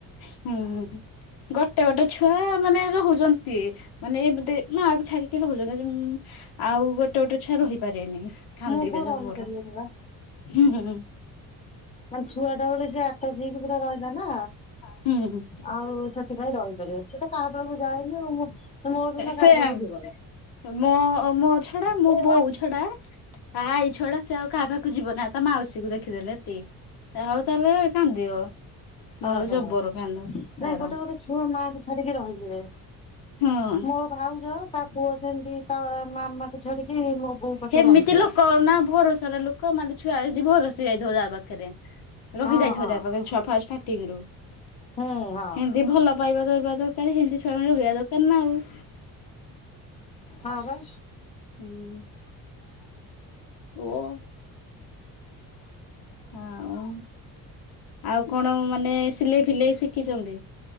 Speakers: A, on the left; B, on the left.
A: ହୁଁ ଉ ଗୋଟେ ଗୋଟେ ଛୁଆ ମାନେ ରହୁଚନ୍ତି ମାନେ ଏମିତି ମାକୁ ଛାଡ଼ିକି ରହୁଚ ଆଉ ଗୋଟେ ଗୋଟେ ଛୁଆ ରହିପାରିବେନି କାନ୍ଦିବେ
B: ମୋ ପୁଅ ରହିପାରିବନି
A: ଯବର।
B: ବା
A: ହୁଁ।
B: ମାନେ ଛୁଆଟା ବେଳୁ ସେ ଆଟଜ ହେଇକି ପୁରା ରହିଲା ନା।
A: ହୁଁ ହୁଁ ହୁଁ।
B: ଆଉ ସେଥିପାଇଁ ରହିପାରିବ ସେ ତ କାହା ପାଖକୁ ଯାଏନି ଆଉ ମୁଁ ମୋ ବିନା
A: ସେ
B: କାହା ପାଖକୁ ଯିବନି।
A: ମୋ ମୋ ଛଡ଼ା ମୋ
B: ହୁଁ
A: ବୋଉ ଛଡ଼ା ତା ଆଇ ଛଡ଼ା ସେ ଆଉ କାହା ପାଖ କୁ ଯିବନା ତା ମାଉସୀକୁ ଦେଖିଦେଲେ ଏତି ଆଉ ତାହେଲେ କାନ୍ଦିବ। ନହେଲେ
B: ଓହୋ
A: ଜବର କାନ୍ଦ ତାର
B: ନାଇଁ ଗୋଟେ ଗୋଟେ ଛୁଅ ମାକୁ ଛାଡ଼ିକି ରହିଯିବେ।
A: ହଁ।
B: ମୋ ଭାଉଜ ତା ପୁଅ ସେମିତି ତା ମାମା କୁ ଛାଡ଼ିକି ମୋ ବୋଉ ପାଖରେ
A: ହେମିତି
B: ରହିଯିବ।
A: ଲୋକ ନା ଭରସାର ଲୋକ ମାନେ ଛୁଆ ଯଦି ଭରସି ଯାଇଥିବ ଯା ପାଖରେ। ରହିଯାଇଥିବ
B: ହଁ ହଁ
A: ଯା ପାଖେ ଛୁଆ ଫା ଷ୍ଟାର୍ଟିଂ ରୁ।
B: ହୁଁ ହଁ
A: ହେମିତି ଭଲ ପାଇବା ଦବା ଦରକାର ହେମିତି ଛୁଆ ମାନେ ରହିବା ଦରକାର ନା ଆଉ।
B: ହଁ ବା।
A: ହୁଁ ଓ। ଆଉ ଆଉ କଣ ମାନେ ସିଲେଇ ଫିଲେଇ ଶିଖିଚନ୍ତି?